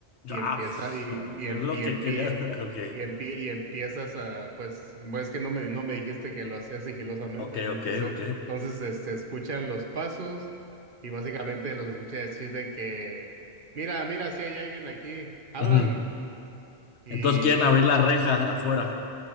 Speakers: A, on the right; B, on the left.
A: y
B: Ah,
A: empieza
B: pf,
A: y,
B: a
A: y,
B: ver
A: en,
B: lo
A: y,
B: que
A: en
B: quería.
A: pie-
B: <laughs> Ok,
A: y, en pie- y empiezas a, pues, bueno, es que no me, no me dijiste que lo hacías sigilosamente,
B: ok,
A: ¿no?
B: ok,
A: Entonces,
B: ok,
A: entonces este, escuchan los pasos y básicamente los escuché decir de que, mira, mira, si hay alguien aquí, abran
B: ok.
A: y,
B: Entonces quieren abrir la reja de afuera.